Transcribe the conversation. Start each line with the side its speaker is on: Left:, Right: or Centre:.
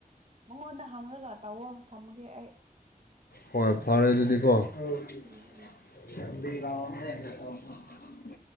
Right: ꯃꯉꯣꯟꯗ ꯍꯥꯡꯉꯒ ꯇꯧꯑꯣ ꯊꯝꯃꯒꯦ ꯑꯩ
Left: ꯍꯣꯏ ꯐꯔꯦ ꯑꯗꯨꯗꯤꯀꯣ <unintelligible>
Right: ꯎꯝ ꯎꯝ